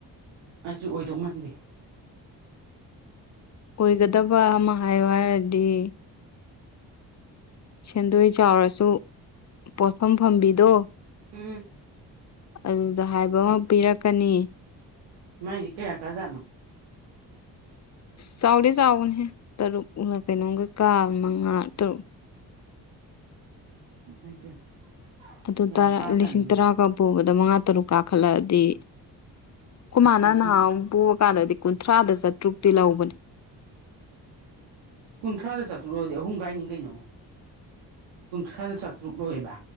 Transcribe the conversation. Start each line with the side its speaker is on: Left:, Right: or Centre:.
Right: ꯑꯩꯁꯨ ꯑꯣꯏꯗꯧ ꯃꯥꯟꯗꯦ
Left: ꯑꯣꯏꯒꯗꯕ ꯑꯃ ꯍꯥꯏꯌꯣ ꯍꯥꯏꯔꯗꯤ ꯁꯦꯟꯗꯣꯏ ꯆꯥꯎꯔꯁꯨ ꯄꯣꯠꯐꯝ ꯐꯝꯕꯤꯗꯣ
Right: ꯎꯝ
Left: ꯑꯗꯨꯗ ꯍꯥꯏꯕ ꯑꯃ ꯄꯤꯔꯛꯀꯅꯤ
Right: ꯃꯥꯥꯏꯗꯤ ꯀꯩꯌꯥ ꯀꯥꯖꯥꯠꯅꯣ
Left: ꯆꯥꯎꯗꯤ ꯆꯥꯎꯕꯅꯦꯍ ꯇꯔꯨꯛꯒ ꯀꯩꯅꯣꯝꯒ ꯀꯥ ꯃꯉꯥ ꯇꯔꯨꯛ
Right: ꯏꯃꯥꯏ ꯄꯦꯝꯃ
Left: ꯑꯗꯨꯇꯔꯦ
Right: ꯌꯥꯝ ꯀꯥꯖꯥꯠꯅꯤꯅꯦ
Left: ꯂꯤꯁꯤꯡ ꯇꯔꯥꯒ ꯄꯨꯕꯗ ꯃꯉꯥ ꯇꯔꯨꯛ ꯀꯥꯈꯠꯂꯛꯑꯗꯤ ꯈꯨꯃꯥꯅ
Right: ꯂꯤꯁꯤꯡ
Left: ꯅꯍꯥ ꯄꯨꯛ ꯀꯥꯟꯗꯗꯤ ꯀꯨꯟꯊ꯭ꯔꯥꯗ ꯆꯥꯇ꯭ꯔꯨꯛꯇꯤ ꯂꯧꯕꯅꯦ
Right: ꯀꯨꯟꯊ꯭ꯔꯥꯗ ꯆꯠꯇ꯭ꯔꯨꯔꯗꯤ ꯑꯍꯨꯝ ꯀꯥꯏꯅꯤ ꯀꯩꯅꯣ ꯀꯨꯟꯊ꯭ꯔꯥꯗ ꯆꯥꯇ꯭ꯔꯨꯛ ꯂꯧꯑꯦꯕ